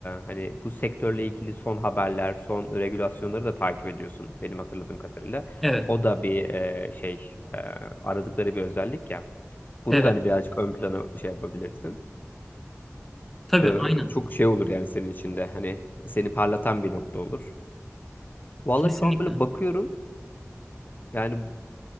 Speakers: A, on the left (about 40°); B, in the centre.
A: hani bu sektörle ilgili son haberler, son regülasyonları da takip ediyorsun benim hatırladığım kadarıyla.
B: Evet.
A: O da bir e, şey e, aradıkları bir özellik ya. Bunu
B: Evet.
A: da hani birazcık ön plana şey yapabilirsin.
B: Tabii
A: Ee,
B: aynen.
A: çok şey olur yani senin içinde hani seni parlatan bir nokta olur. Vallahi
B: Kesinlikle.
A: şu an böyle bakıyorum yani